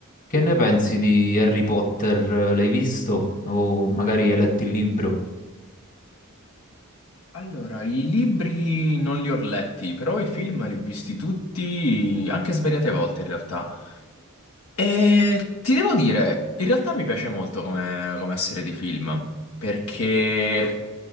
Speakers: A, on the left; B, on the left.
A: Che ne pensi di Harry Potter? L'hai visto? O magari hai letto il libro?
B: Allora, i libri non li ho letti, però i film li ho visti tutti, anche svariate volte in realtà. E ti devo dire, in realtà mi piace molto come, come serie di film, perché